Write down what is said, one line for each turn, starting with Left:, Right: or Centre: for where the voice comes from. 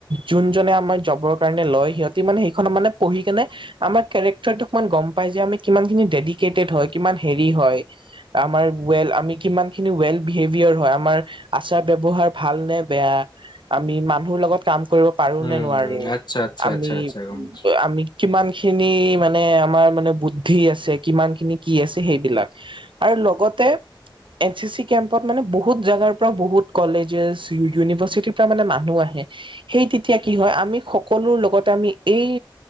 Right: যোনজনে আমাক জবৰ কাৰণে লয়, সিহঁতি মানে সেইখনত মানে পঢ়ি কেনে, আমাৰ কেৰেক্টাৰটো অকমান গম পাই যাই, আমি কিমান খিনি ডেডিকেটেড হয়, কিমান হেৰি হয়! আমাৰ ৱেল, আমি কিমান খিনি ৱেল বিহেভিয়েৰ হয়, আমাৰ আচাৰ ব্যৱহাৰ ভাল নে বেয়া, আমি মানুহৰ লগত কাম কৰিব পাৰো
Left: উম
Right: নে নোৱাৰো
Left: উম আচ্ছা আচ্ছা
Right: আমি,
Left: আচ্ছা আচ্ছা গম
Right: <unintelligible>
Left: পাইছো
Right: আমি কিমান খিনি মানে আমাৰ মানে বুদ্ধি আছে, কিমান খিনি কি আছে সেইবিলাক। আৰু লগতে এন চি চি কেম্পত মানে বহুত জাগাৰ পৰা বহুত কলেজেছ, ইউ ইউনিভাৰ্চিটিৰ পৰা মানে মানুহ আহে। সেই তেতিয়া কি হয়, আমি সকলোৰ লগতে আমি এই